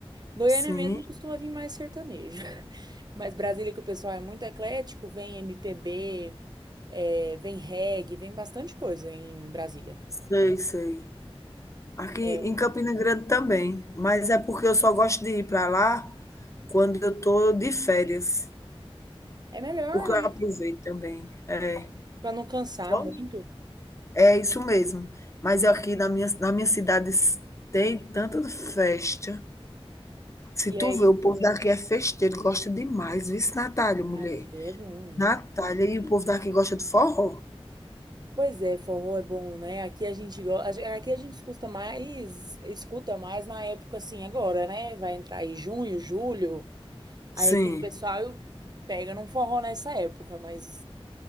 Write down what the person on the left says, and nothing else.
sim.
Sei, sei. Aqui
em Campina Grande também, mas é porque eu só gosto de ir para lá quando eu estou de férias,
porque
eu aproveito também. É,
só
é isso mesmo. Mas aqui na minha na minha cidade tem tanta festa. Se
tu vê, o povo daqui é festeiro, gosta demais. Viu, Natália, mulher?
Natália, e o povo daqui gosta de forró.
Sim,